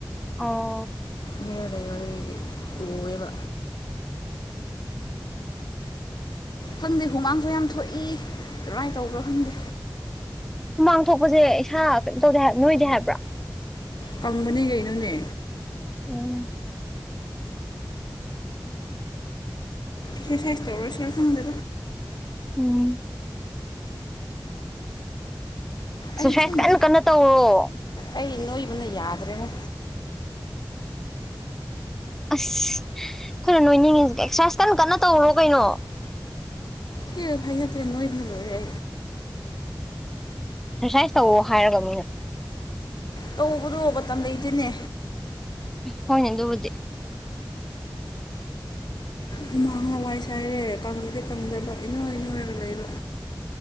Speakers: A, in the centre; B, on the left.
A: ꯑꯣ
B: ꯃꯤꯔꯗꯥ ꯑꯣꯏꯌꯦꯕ ꯈꯪꯗꯦ ꯍꯨꯃꯥꯡꯁꯨ ꯌꯥꯝ ꯊꯣꯛꯏ ꯀꯔꯥꯏꯅ ꯇꯧꯕ꯭ꯔꯣ ꯈꯪꯗꯦ
A: ꯍꯨꯃꯥꯡ ꯊꯣꯛꯄꯁꯦ ꯏꯁꯥ ꯀꯩꯅꯣ ꯇꯧꯗꯦ ꯍꯥꯏꯕ ꯅꯣꯏꯗꯦ ꯍꯥꯏꯕ꯭ꯔꯥ
B: ꯐꯪꯕꯅꯤ ꯀꯩꯅꯣꯅꯦ
A: ꯎꯝ
B: ꯁꯤ ꯁꯋꯥꯏꯁꯇ ꯑꯣꯏꯔ ꯁꯤꯔ ꯈꯪꯗꯣ
A: ꯎꯝ ꯑꯦꯛꯁꯔꯁꯥꯏꯁ
B: ꯑꯩ ꯑꯁꯦꯡꯕ
A: ꯀꯟꯅ ꯀꯟꯅ ꯇꯧꯔꯣ
B: ꯑꯩ ꯅꯣꯏꯕꯅ ꯌꯥꯗ꯭ꯔꯦꯕ
A: ꯑꯁ ꯑꯩꯈꯣꯏꯅ ꯅꯣꯏꯅꯤꯡꯉꯁꯤ ꯑꯦꯛꯁꯔꯁꯥꯏꯖ ꯀꯟꯅ ꯀꯟꯅ ꯇꯧꯔꯣ ꯀꯩꯅꯣ
B: ꯍ ꯍꯥꯏꯥꯏꯍꯅ ꯅꯣꯏ ꯜꯔꯦ
A: ꯑꯦꯛꯁꯔꯁꯥꯏꯁ ꯇꯧꯋꯣ ꯍꯥꯏꯔꯒ ꯃꯣꯏꯅ
B: ꯇꯧꯕꯗꯣ ꯃꯇꯝ ꯂꯩꯇꯣꯏꯅꯦ
A: ꯍꯣꯏꯅꯤ ꯑꯗꯨꯕꯨꯗꯤꯦ
B: ꯍꯃꯥꯡꯥꯋꯥꯏ ꯁ ꯍꯥꯏꯔꯦ ꯀꯪꯗꯦ ꯀꯪꯗꯕ ꯏꯅꯣꯏ ꯏꯅꯣꯏꯔꯒ ꯂꯩꯕ